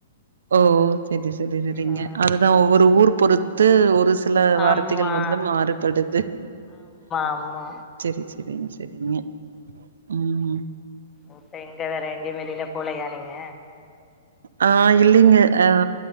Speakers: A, on the right (about 65°); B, on the left (about 20°).
A: ஓ செரி செரி செரிங்க
B: ஆமா
A: அதுதா ஒவ்வொரு ஊர் பொறுத்து ஒரு சில வார்த்தைகள்
B: ஆமா
A: வந்து மாறுபடுது
B: ஆமா
A: செரி செரிங் செரிங்க ம்
B: ஓகே எங்க வேற எங்கேயு வெளில போலையா நீங்க
A: ஆ இல்லைங்க அ